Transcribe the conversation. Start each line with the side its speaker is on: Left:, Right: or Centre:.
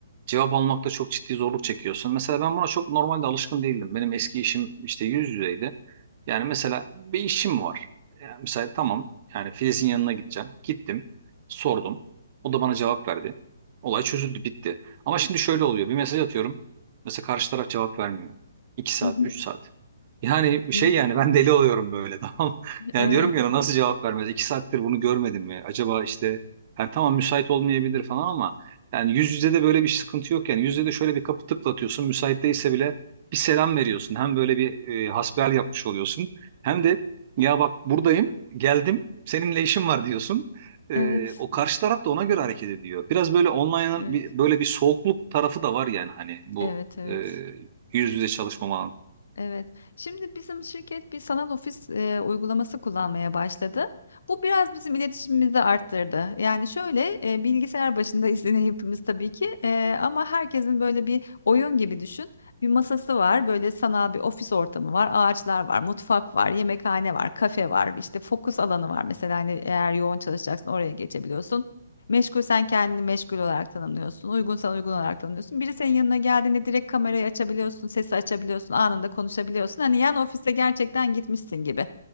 Right: cevap almakta çok ciddi zorluk çekiyorsun. Mesela ben buna çok normalde alışkın değildim. Benim eski işim işte yüz yüzeydi. Yani mesela bir işim var. Yani mesela tamam yani Filiz'in yanına gideceğim. Gittim, sordum. O da bana cevap verdi. Olay çözüldü, bitti. Ama şimdi şöyle oluyor. Bir mesaj atıyorum. Mesela karşı taraf cevap vermiyor. 2 saat,
Left: Hı hı.
Right: 3 saat. Yani
Left: Evet,
Right: şey yani ben deli oluyorum böyle <laughs> tamam. Yani
Left: evet,
Right: diyorum ki "Ya nasıl cevap vermez? 2 saattir bunu görmedim mi? Acaba işte yani tamam müsait olmayabilir falan ama yani yüz yüze de böyle bir sıkıntı yok yani. Yüz yüze de şöyle bir kapı tıklatıyorsun. Müsait değilse bile bir selam veriyorsun. Hem böyle bir e, hasbihal yapmış oluyorsun. Hem de ya bak buradayım, geldim, seninle işim var diyorsun. E,
Left: evet,
Right: o karşı taraf da ona göre hareket ediyor. Biraz böyle online'ın
Left: evet,
Right: bir, böyle bir soğukluk tarafı da var yani hani bu
Left: evet, evet,
Right: e, yüz yüze çalışmamanın.
Left: evet. Şimdi bizim şirket bir sanal ofis e, uygulaması kullanmaya başladı. Bu biraz bizim iletişimimizi arttırdı. Yani şöyle e, bilgisayar başında <laughs> yine hepimiz tabii ki E, ama herkesin böyle bir oyun gibi düşün. Bir masası var, böyle sanal bir ofis ortamı var, ağaçlar var, mutfak var, yemekhane var, kafe var, işte fokus alanı var. Mesela hani eğer yoğun çalışacaksın oraya geçebiliyorsun. Meşgul sen kendini meşgul olarak tanımlıyorsun. Uygunsan uygun olarak tanımlıyorsun. Biri senin yanına geldiğinde direkt kamerayı açabiliyorsun, sesi açabiliyorsun, anında konuşabiliyorsun. Hani yan ofise gerçekten gitmişsin gibi.